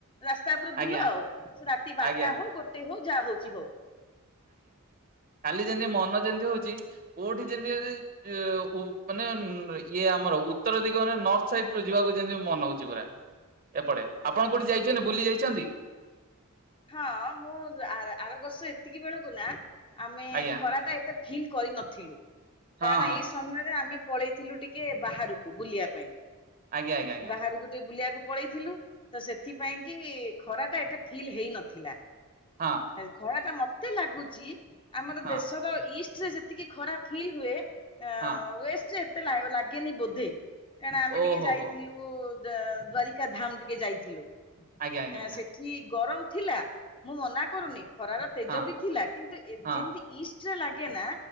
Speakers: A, on the left; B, on the right.
A: ରାସ୍ତା ଉପରେ
B: ଆଜ୍ଞା
A: ବୁଲ ଆଉ ସେ ରାତି ବାରଟା
B: ଆଜ୍ଞା
A: ହଉ ଗୋଟେ ହଉ ଯାହା ହଉଛି ହଉ।
B: ଯେମତି ମନ ଯେମିତି ହଉଛି କୋଉଠି ଯେମିତି ହଉ ମାନେ ଇଏ ଆମର ଉତ୍ତର ଦିଗ ମାନ ନର୍ଥ ସାଇ ଯିବାକୁ ଯେମିତି ମନ ହଉଛି ପୁରା। ଏପଟେ ଆପଣ କୋଉଠି ଯାଇଛନ୍ତି ବୁଲି ଯାଇଛନ୍ତି? ଛନ୍ତି।
A: ହଁ ମୁଁ ଆର ବର୍ଷ ଏତିକି ବେଳକୁ ନା ଆମେ
B: ଆଜ୍ଞା
A: ଖରା ଟା ଏତେ ଫିଲ୍ କରିନଥିଲୁ
B: ହଁ
A: କାରଣ
B: ହଁ
A: ଏଇ ସମୟରେ ଆମେ ପଳେଇଥିଲୁ ଟିକେ ବାହାରକୁ ବୁଲିବା ପାଇଁ।
B: ଆଜ୍ଞା ଆଜ୍ଞା ଆଜ୍ଞା।
A: ବାହାରକୁ ଟିକେ ବୁଲିବାକୁ ପଳେଇଥିଲୁ। ତ ସେଥିପାଇଁ କି ଖରା ଟା ଏତ ଫିଲ୍ ହେଇ ନଥିଲା।
B: ଆଜ୍ଞା
A: ଘରା ଟା ମତ କେତେ ଲାଗୁଛି ଆମର
B: ହଁ ହଁ
A: ଦେଶର ଇଷ୍ଟ ଯେତିକି ଖରାପ ଫିଲ୍ ହୁଏ ହ
B: ହଁ
A: ୱେ ଲ ଲାଗଗେ ନି ବୋଧେ କାରଣ ଆମେ
B: ଓହୋ
A: ଟିକେ ଯାଇଥିଲୁ।
B: ହୋ
A: ଦ୍ଵାରିକା ଧାମ ଟିକେ ଯାଇଥିଲୁ।
B: ଆଜ୍ଞା ଆଜ୍ଞା
A: ଆ
B: ଆଜ୍ଞା
A: ସେଠି ଗରମ। ଥିଲା। ମୁଁ ମନା କରୁନି ଖରାର ତେଜ
B: ହଁ
A: ବି ଥିଲା କିନ୍ତୁ
B: ହଁ
A: ଯେମତି ଇଷ୍ଟ ଲାଗେ ନା।